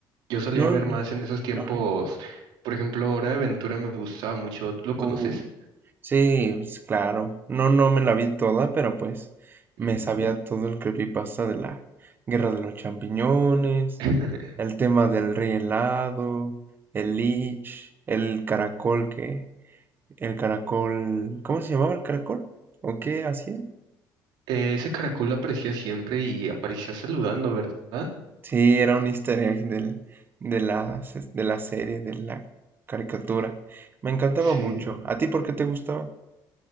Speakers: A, on the right (about 90°); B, on the right (about 25°).
A: Yo solía
B: No,
A: ver
B: no.
A: más en esos tiempos.
B: Ajá.
A: Por ejemplo, Hora de Aventura me gustaba mucho. ¿Tú lo conoces?
B: Uh, sí, pues, claro. No, no me la vi toda, pero pues me
A: Ujú.
B: sabía todo el creepypasta de la Guerra de los Champiñones,
A: <laughs>
B: el tema del rey helado, el Lich, el caracol que El caracol. ¿Cómo se llamaba el caracol? ¿O qué hacía?
A: Eh, Ese caracol aparecía siempre y aparecía saludando, ¿verdad?
B: Sí, era un easter egg del- de la, de la serie, de la caricatura. Me encantaba
A: Sí.
B: mucho. ¿A ti por qué te gustaba?